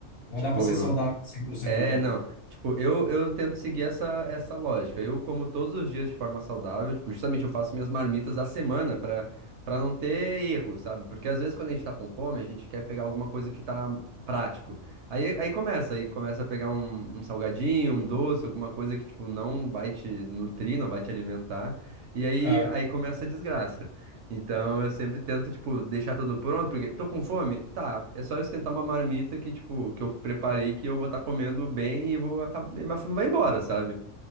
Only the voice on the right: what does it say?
tipo,
é,
não. Tipo, eu, eu tento seguir essa, essa lógica. Eu como todos os dias de forma saudável, tipo, justamente eu faço minhas marmitas da semana pra, pra não ter erro, sabe? Porque às vezes quando a gente tá com fome, a gente quer pegar alguma coisa que tá prático. Aí, aí começa, aí começa a pegar um, um salgadinho, um doce, alguma coisa que, tipo, não vai te nutrir, não vai te alimentar. E aí,
aí começa a desgraça. Então eu sempre tento, tipo, deixar tudo pronto, porque tô com fome? Tá, é só eu esquentar uma marmita que, tipo, que eu preparei que eu vou estar comendo bem e vou acabar. Minha fome vai embora, sabe?